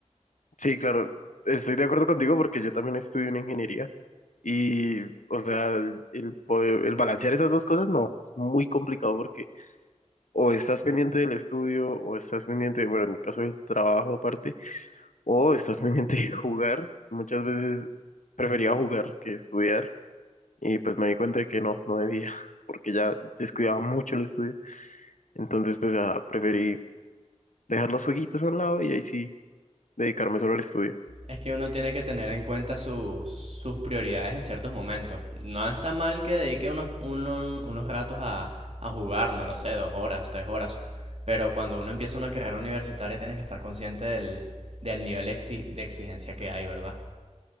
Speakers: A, on the left; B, on the right.
A: Sí, claro, estoy de acuerdo contigo porque yo también estudio en ingeniería. Y, o sea, el, el poder- el balancear esas dos cosas no, es muy complicado porque o estás pendiente del estudio, o estás pendiente, bueno, en mi caso del trabajo aparte, o estás pendiente de jugar. Muchas veces prefería jugar que estudiar y pues me di cuenta de que no, no debía, porque ya descuidaba mucho el estudio. Entonces, pues, ah, preferí dejar los jueguitos a un lado y ahí sí dedicarme solo al estudio.
B: Es que uno tiene que tener en cuenta sus, sus prioridades en ciertos momentos. No está mal que dedique unos, uno- unos ratos a, a jugar, no lo sé, dos horas, tres horas. Pero cuando uno empieza una carrera universitaria tienes que estar consciente del, del nivel exi- de exigencia que hay, ¿verdad?